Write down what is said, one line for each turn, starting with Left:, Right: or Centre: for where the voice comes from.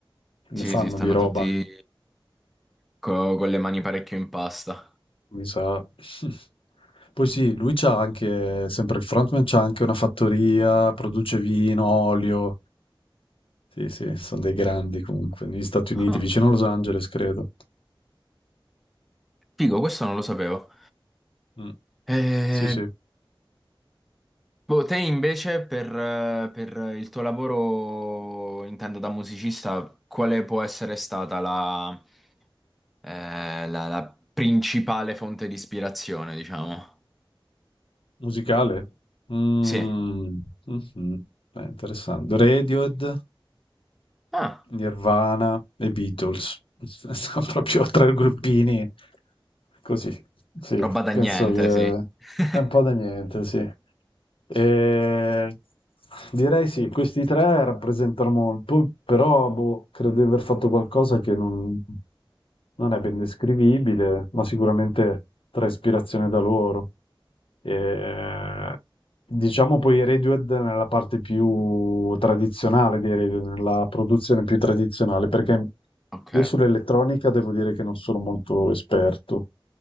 Left: ne
Centre: Sì,
Left: fanno
Centre: sì, stanno
Left: di roba,
Centre: tutti co- con le mani parecchio in pasta.
Left: mi sa. <laughs> Poi sì, lui c'ha anche, sempre il frontman, c'ha anche una fattoria, produce vino, olio. Sì, sì, sono dei grandi comunque, negli Stati
Centre: Ah,
Left: Uniti, vicino a Los Angeles, credo.
Centre: figo, questo non lo sapevo.
Left: Mh.
Centre: Eh,
Left: Sì, sì.
Centre: boh, te invece per, eh, per il tuo lavoro, intendo da musicista, quale può essere stata la, eh, la- la principale fonte di ispirazione, diciamo?
Left: Musicale? Mh.
Centre: Sì.
Left: Mh-mh. Beh, interessante. Radiohead,
Centre: Ah,
Left: Nirvana e Beatles. <laughs> Sono proprio 3 gruppini così. Sì,
Centre: roba da
Left: penso
Centre: niente,
Left: che
Centre: sì. <laughs>
Left: è un po' da niente, sì. Ehm, direi sì, questi 3 rappresentano molto, però boh, credo di aver fatto qualcosa che non non è ben descrivibile, ma sicuramente trae ispirazione da loro. Eh, diciamo poi i Radiohead nella parte più tradizionale dei Radiohead, nella produzione più tradizionale, perché
Centre: Ok.
Left: io sull'elettronica devo dire che non sono molto esperto.